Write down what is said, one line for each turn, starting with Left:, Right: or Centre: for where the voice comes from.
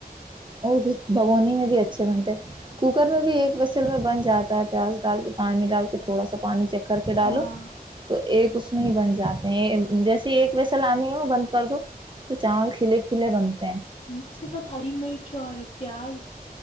Right: وہ بھیھر <unintelligible> بھگونی میں بھی اچھے بنتے کوکر میں بھی ایک بسل میں بن جاتا ہے پیاز ڈال کے پانی ڈال کے تھوڑا سا <unintelligible> پانی چکر کے ڈالو
Left: ہاں
Right: تو <unintelligible> ایک اس میں ہی بن جاتے ہیں جیسے ایک ویسا لانی ہو بند کر دو تو چاول کھلے کھلے بند <unintelligible>
Left: اس کے ساتھ ہری مرچ اور پیاز <unintelligible>